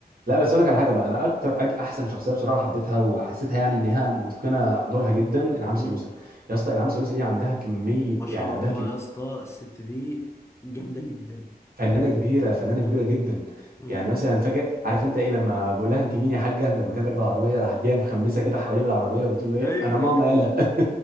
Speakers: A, on the right (about 65°); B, on the left (about 15°).
A: لا بس اقول لك على حاجه بقى انا اكتر أج... احسن شخصيه بصراحه حبيتها وحسيتها يعني انها متقنه دورها جدا انعام
B: مم.
A: سالوسه يا اسطى انعام سالوسه دي عندها كميه
B: ما شاء
A: يعني عندها
B: الله
A: كميه
B: يا اسطى الست دي جامده جدا
A: فنانه كبيره فنانه
B: مم.
A: كبيره جدا
B: مم.
A: يعني مثلا فاكر عارف انت ايه لما بقول لها انت مين يا حاجه لما كانت راكبه العربيه راحت جايه مخمسه كده حواليه بالعربيه وبتقول له ايه
B: ايوه
A: انا ماما يالا <laughs>